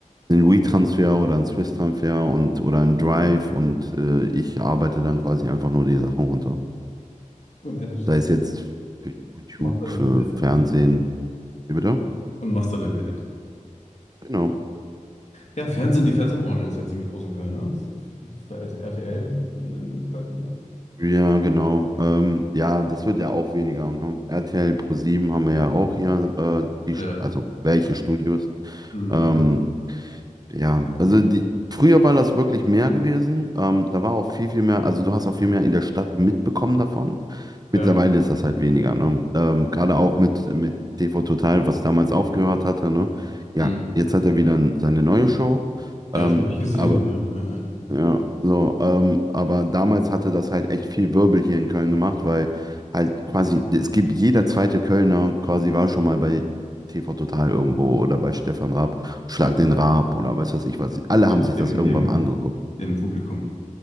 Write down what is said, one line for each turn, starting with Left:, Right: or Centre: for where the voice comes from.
Right: einen WeTransfer oder einen Swiss-Transfer und oder einen Drive und äh, ich arbeite dann quasi einfach nur die Sachen runter.
Left: Und editest.
Right: Da ist jetzt für YouTube,
Left: Machst da den
Right: für
Left: Edit,
Right: Fernsehen.
Left: oder? was?
Right: Wie bitte?
Left: Und machst da den Edit.
Right: Genau.
Left: Ja, Fernsehen, die Fernsehbranche ist ja ziemlich groß in Köln, ne? Ist, ist da RTL in, in, in Köln, oder?
Right: Ja, genau. Ähm, ja, das wird ja auch weniger. Ne? RTL pro sieben haben wir ja auch hier, äh, die, St-
Left: Ja,
Right: also welche Studios.
Left: hm.
Right: Ähm, ja, also die, früher war das wirklich mehr gewesen. Ähm, da war auch viel, viel mehr, also du hast auch viel mehr in der Stadt mitbekommen davon.
Left: Ja.
Right: Mittlerweile ist das halt weniger. Ne? Ähm, gerade auch mit, mit TV Total, was damals aufgehört hatte. Ne? Ja,
Left: Hm.
Right: jetzt hat er wieder seine neue Show.
Left: Ja,
Right: Ähm,
Left: das habe ich gesehen,
Right: aber.
Left: ja. Ja,
Right: Ja, so, ähm, aber damals hatte das halt echt viel Wirbel hier in Köln gemacht, weil halt quasi, es gibt jeder zweite Kölner quasi war schon mal bei TV Total irgendwo oder bei Stefan Raab, Schlag den Raab oder weiß was ich was. Alle
Left: ja.
Right: haben sich
Left: Im,
Right: das irgendwann
Left: im,
Right: mal angeguckt.
Left: im Publikum.